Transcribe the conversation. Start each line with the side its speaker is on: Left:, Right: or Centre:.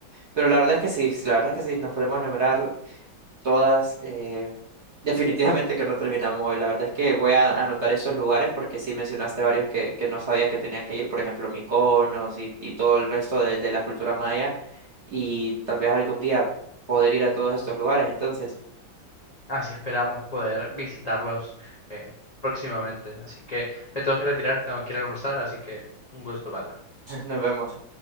Right: Pero la verdad es que sí, la verdad es que sí, nos podemos enumerar todas. eh, definitivamente que no terminamos hoy. La verdad es que voy a anotar esos lugares porque sí mencionaste varios que, que no sabía que tenía que ir, por ejemplo, Mykonos y, y todo el resto de, de la cultura maya. Y tal vez algún día poder ir a todos estos lugares. Entonces,
Left: Así esperamos poder visitarlos eh, próximamente. Así que me tengo que retirar, tengo que ir a almorzar, así que un gusto, vale.
Right: <laughs> nos vemos.